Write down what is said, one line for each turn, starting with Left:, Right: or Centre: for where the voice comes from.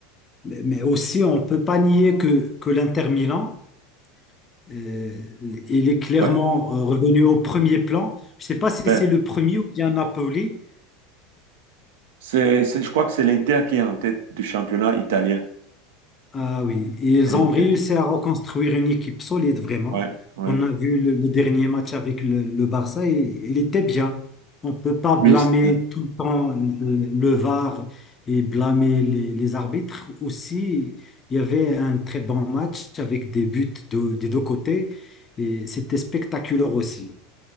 Left: Mais, mais aussi, on ne peut pas nier que, que l'Inter Milan, euh, il est clairement
Right: Ouais.
Left: euh, revenu au premier plan. Je ne sais pas si
Right: Ouais.
Left: c'est le premier ou bien Napoli.
Right: C'est, c'est- je crois que c'est l'Inter qui est en tête du championnat italien.
Left: Ah oui, et ils
Right: C'est l'Inter.
Left: ont réussi à reconstruire une équipe solide, vraiment.
Right: Ouais, ouais.
Left: On a vu le, le dernier match avec le, le Barça, et, il était bien. On ne peut pas blâmer
Right: Oui, c'est-
Left: tout le temps le, le VAR et blâmer les, les arbitres. Aussi, il y avait un très bon match avec des buts de- des deux côtés, et c'était spectaculaire aussi.